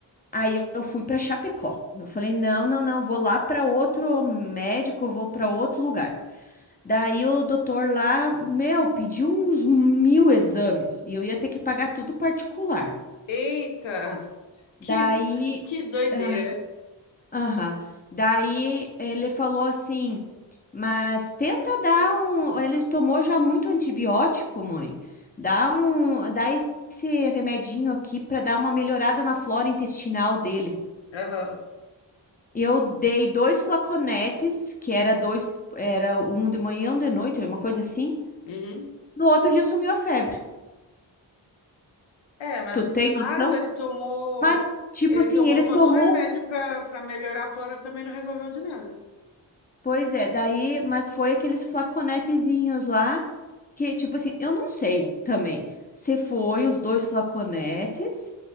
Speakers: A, on the left; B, on the left.
A: Aí eu fui para Chapecó. Eu falei: não, não, não, vou lá para outro médico, vou para outro lugar. Daí o doutor lá, meu, pediu uns mil exames e eu ia ter que pagar tudo particular.
B: Eita, <laughs> que,
A: Daí,
B: que doideira.
A: ah, aham. Daí ele falou assim, mas tenta dar um. Ele tomou já muito antibiótico, mãe. Dá um, dá esse remedinho aqui para dar uma melhorada na flora intestinal dele.
B: Aham.
A: Eu dei dois flaconetes, que era dois, era um de manhã, um de noite, uma coisa assim.
B: Uhum.
A: No outro dia sumiu a febre.
B: É, mas
A: Tu tem
B: no caso
A: noção?
B: ele tomou,
A: Mas, tipo
B: ele
A: assim,
B: tomou
A: ele
B: todo
A: tomou
B: o remédio para para melhorar a flora, também não resolveu de nada.
A: Pois é, daí, mas foi aqueles flaconetezinhos lá que, tipo assim, eu não sei também se foi os dois flaconetes